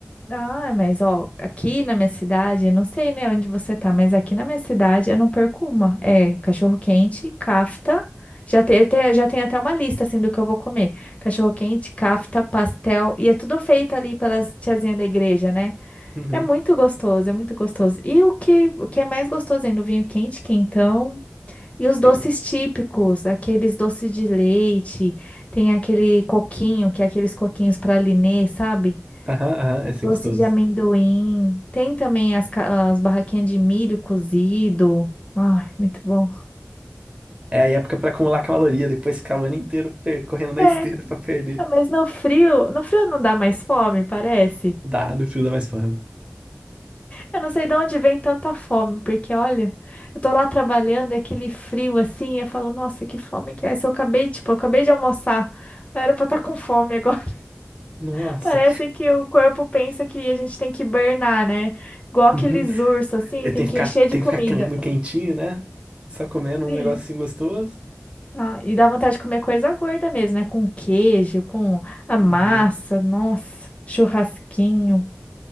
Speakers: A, on the left; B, on the right.
A: Ah, mas ó, aqui na minha cidade, eu não sei, né, onde você tá, mas aqui na minha cidade eu não perco uma. É, cachorro-quente, cafta. Já tem, já tem até uma lista assim do que eu vou comer. Cachorro-quente, cafta, pastel, e é tudo feito ali pelas tiazinhas da igreja, né?
B: Uhum.
A: É muito gostoso, é muito gostoso. E o que, o que é mais gostoso ainda, o vinho quente, quentão, e os doces
B: Ia.
A: típicos, aqueles doces de leite, tem aquele coquinho, que é aqueles coquinhos para Linê, sabe?
B: Aham, aham, esse
A: Doce
B: é gostoso.
A: de amendoim. Tem também as, ca- as barraquinhas de milho cozido. Ai, muito bom.
B: É a época pra acumular caloria, depois ficar o ano inteiro pe- correndo na
A: É,
B: esteira pra perder.
A: ah, mas no frio, no frio não dá mais fome, parece.
B: Dá, no frio dá mais fome.
A: Eu não sei de onde vem tanta fome, porque olha, eu tô lá trabalhando, é aquele frio assim, e eu falo, nossa, que fome que é essa? Eu acabei, tipo, eu acabei de almoçar. Não era pra estar com fome agora.
B: Nossa.
A: <laughs> Parece que o corpo pensa que a gente tem que hibernar, né? Igual aqueles
B: Uhum.
A: ursos, assim,
B: E
A: tem
B: Tem que
A: que
B: ficar,
A: encher de
B: tem
A: comida.
B: que ficar quen- no quentinho, né? Só comendo um
A: Sim.
B: negocinho gostoso.
A: Ah, e dá vontade de comer coisa gorda mesmo, né? Com queijo, com a massa,
B: Uhum.
A: nossa, churrasquinho,